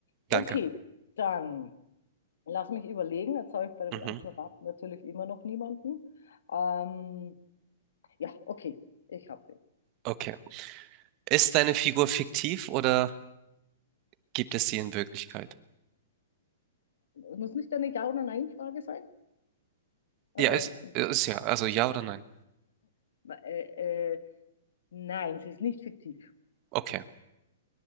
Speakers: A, on the left (about 80°); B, on the right (about 30°).
A: Okay,
B: danke.
A: dann lass mich überlegen. Jetzt habe ich bei dem
B: Mhm.
A: ganzen Rat natürlich immer noch niemanden. Ähm, ja, okay, ich habe.
B: Okay. Ist deine Figur fiktiv oder gibt es sie in Wirklichkeit?
A: Muss nicht eine Ja- oder Nein-Frage sein? Also,
B: Ja, ist, ist ja. Also ja oder nein?
A: äh, äh, nein, sie ist nicht fiktiv.
B: Okay.